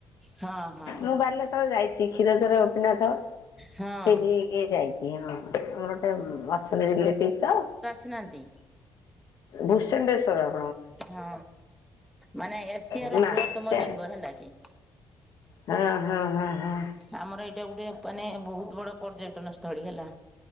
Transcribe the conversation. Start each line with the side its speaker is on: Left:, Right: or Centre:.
Centre: ହଁ ହଁ
Left: ମୁଁ ବାଲେଶ୍ଵର ଯାଇଛି କ୍ଷୀରଚୋର ଗୋପିନାଥ
Centre: ହଁ
Left: ସେଠି ଇ କି ଯାଇଛି କିଅ ଆମର ଗୋଟେ ଅଛନ୍ତି ରିଲେଟିଭ ତ।
Centre: ଣାନ୍ତି
Left: ଭୂଷେଣ୍ଡେଶ୍ଵର।
Centre: ହଁ ମାନେ ଏସିଆ
Left: କି
Centre: ର
Left: ନା
Centre: ବୃହତମ
Left: ସିଆଡ଼େ
Centre: ଲିଙ୍ଗ ହେଲା କି?
Left: ହଁ ହଁ ହଁ। ହଁ
Centre: ଆମର ଏଇଟା ଗୋଟେ ମାନେ ବହୁତ ବଡ ପର୍ଯ୍ୟଟନ ସ୍ଥଳୀ ହେଲା।